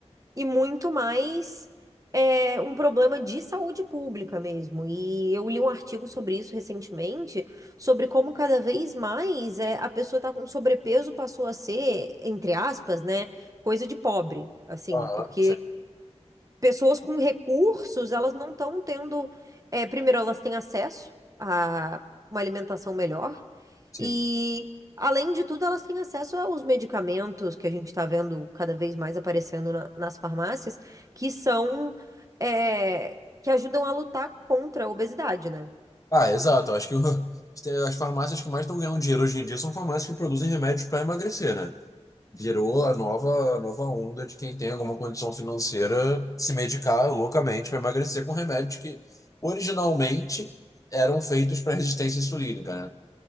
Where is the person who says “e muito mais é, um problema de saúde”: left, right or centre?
Right